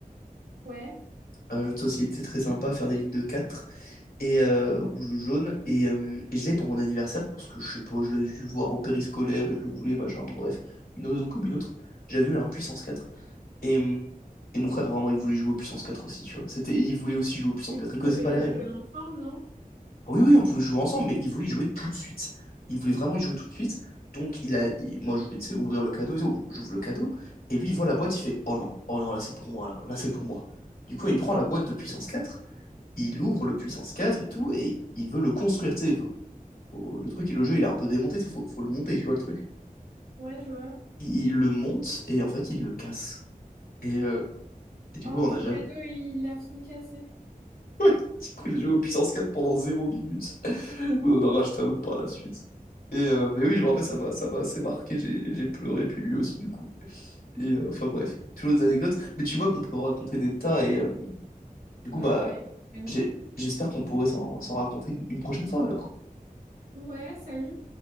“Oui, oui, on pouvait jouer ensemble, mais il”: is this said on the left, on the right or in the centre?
Left